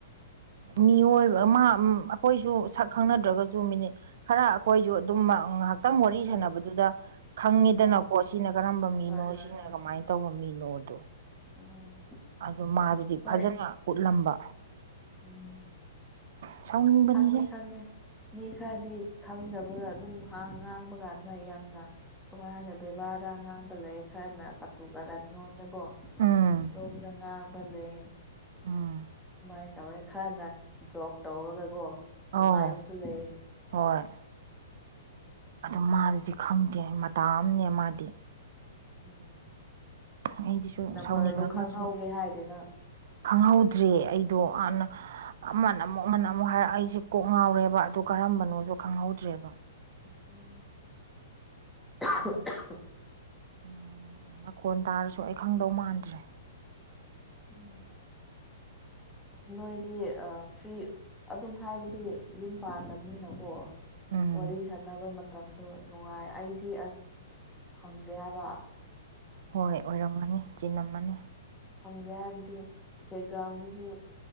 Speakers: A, on the right; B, in the centre.
A: ꯃꯤꯑꯣꯏꯕ ꯑꯃ-ꯎꯝ ꯑꯩꯈꯣꯏꯁꯨ ꯁꯛ ꯈꯪꯅꯒꯗ꯭ꯔꯁꯨ ꯃꯤꯅꯤꯠ ꯈꯔ ꯑꯩꯈꯣꯏꯁꯨ ꯑꯗꯨꯝ ꯉꯥꯏꯍꯥꯛꯇꯪ ꯋꯥꯔꯤ
B: ꯍꯣꯏ
A: ꯁꯥꯟꯅꯕꯗꯨꯗ ꯈꯪꯉꯤꯗꯅꯀꯣ
B: ꯍꯣꯏ
A: ꯁꯤꯅ ꯀꯔꯝꯕ ꯃꯤꯅꯣ
B: ꯍꯣꯏ ꯍꯣꯏ
A: ꯁꯤꯅ
B: ꯍꯣꯏ
A: ꯀꯃꯥꯏꯅ ꯇꯧꯕ ꯃꯤꯅꯣꯗꯣ꯫
B: ꯎꯝ
A: ꯑꯗꯨ ꯃꯥꯗꯨꯗꯤ
B: ꯍꯣꯏ
A: ꯐꯖꯟꯅ ꯎꯠꯂꯝꯕ
B: ꯎꯝ
A: ꯁꯥꯎꯅꯤꯡꯕꯅꯤꯍꯦ
B: ꯈꯪꯉꯦ ꯈꯪꯉꯦ꯫ ꯃꯤ ꯈꯔꯗꯤ ꯈꯪꯗꯕꯒ ꯑꯗꯨꯝ ꯍꯥ ꯉꯥꯡꯕ ꯀꯥꯟꯗ ꯌꯥꯝꯅ ꯀꯃꯥꯏꯅꯍꯥꯏꯅꯤ ꯕꯦꯕꯥꯔꯗ ꯉꯥꯡꯕ ꯂꯩ ꯈꯔꯅ ꯀꯥꯇꯨ ꯀꯥꯔꯟꯂꫭꯟꯗ ꯀꯣ
A: ꯎꯝ
B: ꯔꯣꯝꯗ ꯉꯥꯡꯕ ꯂꯩꯑꯦ꯫
A: ꯎꯝ
B: ꯑꯗꯨꯃꯥꯏꯅ ꯇꯧꯋꯦ ꯈꯔꯅ ꯖꯣꯕ ꯇꯧꯔꯒꯀꯣ ꯅꯨꯡꯉꯥꯏꯕꯁꯨ
A: ꯑꯧ
B: ꯂꯩꯑꯦ꯫
A: ꯍꯣꯏ꯫ ꯑꯗꯨ ꯃꯥꯗꯨꯗꯤ ꯈꯪꯗꯦ ꯃꯇꯥ ꯑꯃꯅꯦ ꯃꯥꯗꯤ꯫
B: ꯎꯝ
A: ꯑꯩꯗꯤꯁꯨ
B: ꯅꯝꯕꯔꯗꯣ
A: ꯁꯥꯎꯅꯤꯡꯉꯒꯁꯨ
B: ꯈꯪꯍꯧꯒꯦ ꯍꯥꯏꯗꯅꯪ
A: ꯈꯪꯍꯧꯗ꯭ꯔꯦ ꯑꯩꯗꯣ ꯑꯅ ꯑꯃꯅ ꯑꯃꯨꯛ ꯑꯃꯅ ꯑꯃꯨꯛ ꯍꯥꯏꯔꯛ ꯑꯩꯁꯦ ꯀꯣꯛ ꯉꯥꯎꯔꯦꯕ ꯑꯗꯨ ꯀꯔꯝꯕꯅꯣꯁꯨ ꯈꯪꯍꯧꯗ꯭ꯔꯦꯕ
B: <inaudible>
A: ꯑꯃꯨꯛ ꯎꯝ ꯃꯈꯣꯟ ꯇꯥꯔꯁꯨ ꯑꯩ ꯈꯪꯗꯧ ꯃꯥꯟꯗ꯭ꯔꯦ꯫
B: ꯎꯝ ꯑꯁ ꯅꯣꯏꯗꯤ ꯐ꯭ꯔꯤ ꯑꯗꯨꯝ ꯍꯥꯏꯕꯗꯤ ꯌꯨꯝ ꯄꯥꯟꯗꯕꯅꯤꯅꯀꯣ꯫
A: ꯎꯝ
B: ꯋꯥꯔꯤ ꯁꯥꯟꯅꯕ ꯃꯇꯝꯗꯣ ꯅꯨꯡꯉꯥꯏ ꯑꯩꯗꯤ ꯑꯁ ꯐꯪꯗꯦ ꯍꯥꯏꯕ
A: ꯍꯣꯏ ꯑꯣꯏꯔꯝꯒꯅꯤ ꯆꯤꯂꯝꯝꯃꯅꯤ꯫
B: ꯐꯪꯒꯦ ꯍꯥꯏꯕꯗꯤ ꯕꯦꯛꯒ꯭ꯔꯥꯎꯟꯗꯨꯁꯨ